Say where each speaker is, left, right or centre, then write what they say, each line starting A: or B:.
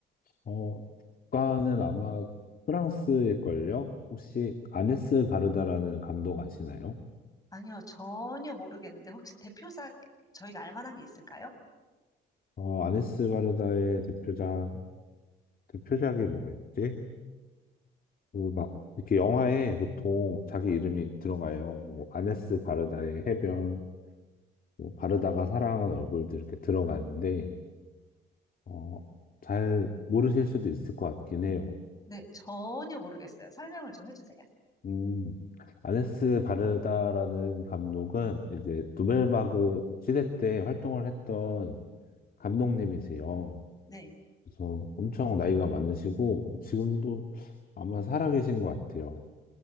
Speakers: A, on the left; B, on the left.
A: 어, 국가는 아마 프랑스일걸요? 혹시 아네스 바르다라는 감독 아시나요?
B: 아니요, 전혀 모르겠는데 혹시 대표작 저희가 알 만한 게 있을까요?
A: 어, 아네스 바르다의 대표작, 대표작이 뭐가 있지? 그 막, 이렇게 영화에 보통 자기 이름이 들어가요. 뭐, 아네스 바르다의 해변, 뭐 바르다가 사랑한 얼굴도 이렇게 들어가는데, 어, 잘 모르실 수도 있을 것 같긴 해요.
B: 네, 전혀 모르겠어요. 설명을 좀 해주세요.
A: 음, 아네스 바르다라는 감독은 이제 누벨바그 시대 때 활동을 했던 감독님이세요.
B: 네.
A: 그래서 엄청 나이가 많으시고 지금도 아마 살아계신 것 같아요.